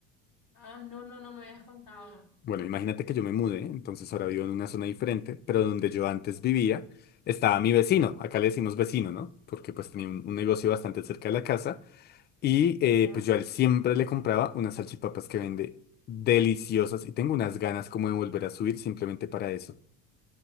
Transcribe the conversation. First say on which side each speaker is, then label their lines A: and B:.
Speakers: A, on the left (about 60°); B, on the left (about 30°).
A: Ah, no, no, no me habías contado.
B: Bueno, imagínate que yo me mudé, entonces ahora vivo en una zona diferente, pero donde yo antes vivía estaba mi vecino, acá le decimos vecino, ¿no? Porque pues tenía un, un negocio bastante cerca de la casa y eh,
A: Ajá.
B: pues yo a él siempre le compraba unas salchipapas que vende deliciosas y tengo unas ganas como de volver a subir simplemente para eso.